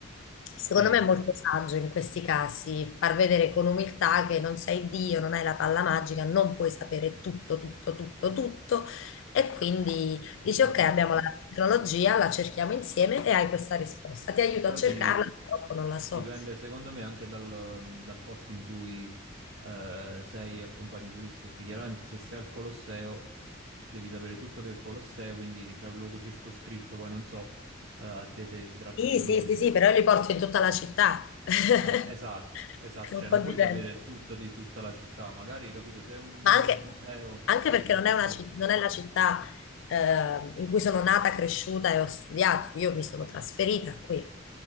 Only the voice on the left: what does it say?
Secondo
me è molto saggio in questi casi far vedere con umiltà che non sei Dio, non hai la palla magica, non puoi sapere tutto, tutto, tutto, tutto e quindi dici
ok, abbiamo la tecnologia, la cerchiamo insieme e hai questa risposta. Ti aiuto
a cercarla,
purtroppo non
la so.
Sì,
sì,
sì,
sì, però io li porto in tutta la città. <laughs> È
un
po'
diverso.
ma anche,
anche perché
non è, una ci- non è la città eh, in cui sono nata, cresciuta e ho studiato. Io mi sono trasferita qui,